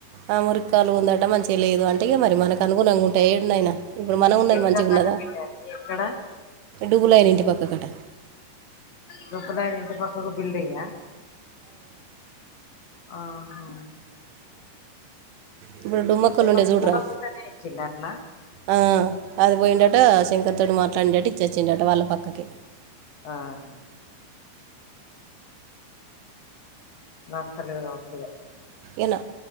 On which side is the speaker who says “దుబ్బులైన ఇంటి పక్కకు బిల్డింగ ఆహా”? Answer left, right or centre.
Left